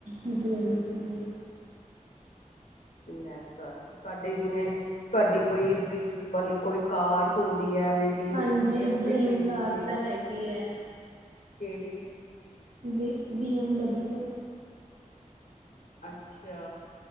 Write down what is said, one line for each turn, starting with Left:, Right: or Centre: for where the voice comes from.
Right: ਡਰੀਮਸ ਨੇ।
Left: ਲੈ ਦਸ, ਤੁਹਾਡੇ ਜਿਵੇਂ ਤੁਹਾਡੀ ਕੋਈ ਡ੍ਰੀਮਸ ਵਾਲੀ ਕੋਈ ਕਾਰ ਹੁੰਦੀ ਹੈ। ਐਵੇਂ ਦੀ ਮਤਲਬ
Right: ਹਾਂਜੀ!
Left: ਕਿ ਐਵੇਂ
Right: ਡਰੀਮ
Left: ਦੇ ਡਰੀਮਸ
Right: ਕਾਰ
Left: ਨੇ
Right: ਤਾਂ ਹੈਗੀ ਹੈ।
Left: ਕਿਹੜੀ?
Right: ਬੀ, ਬੀ- ਅਮ-ਡਬਲਯੂ
Left: ਅੱਛਾ।